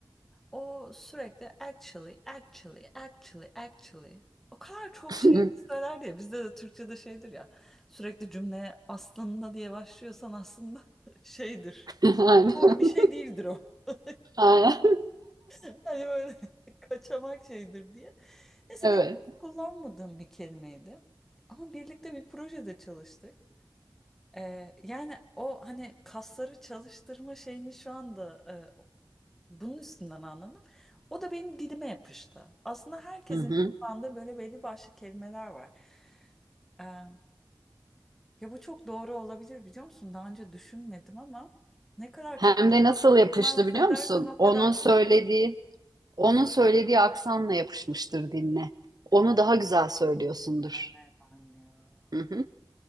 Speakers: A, in the centre; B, on the right (about 55°).
A: O sürekli actually, actually, actually, actually. O kadar çok
B: <laughs>
A: şey söyler diye bizde de Türkçe'de şeydir ya. Sürekli cümleye aslında diye başlıyorsan aslında <laughs> şeydir.
B: <laughs> Aynen.
A: Doğru bir şey değildir o. <laughs>
B: Aynen.
A: Hani böyle <laughs> kaçamak şeydir diye. Neyse
B: Evet.
A: ben kullanmadığım bir kelimeydi. Ama birlikte bir projede çalıştık. Ee, yani o hani kasları çalıştırma şeyini şu anda bunun üstünden anladım. O da benim dilime yapıştı. Aslında herkesin
B: Hı hı.
A: kullandığı böyle belli başlı kelimeler var. Ee, ya bu çok doğru olabilir biliyor musun? Daha önce düşünmedim ama ne kadar
B: Hem
A: çok
B: de nasıl yapıştı
A: temas
B: biliyor
A: edersen
B: musun?
A: o
B: Onun
A: kadar
B: söylediği,
A: çok
B: onun söylediği aksanla yapışmıştır dinle. Onu daha güzel söylüyorsundur.
A: güven ya.
B: Hı hı,